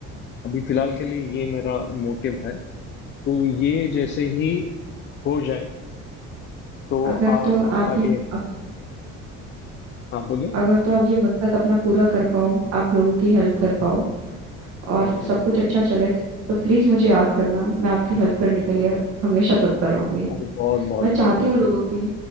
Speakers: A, on the left; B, on the right.
A: अभी फिलहाल के लिए ये मेरा मोटिव है तो ये जैसे ही हो जाए तो
B: अगर
A: आम
B: तो आप
A: आगे
B: ये आप,
A: हाँ बोलिए
B: अगर तो आप ये मकसद अपना पूरा कर पाओ आप लोगों की हेल्प कर पाओ और
A: हाँ जी
B: सब
A: बिल्कुल
B: कुछ अच्छा चले तो प्लीज मुझे याद करना मैं आपकी हेल्प करने के लिए हमेशा तत्पर रहूंगी
A: अरे बहुत बहुत
B: मैं चाहती
A: बहुत बहुत
B: हूँ लोगों
A: शुक्रिया
B: की
A: <laughs>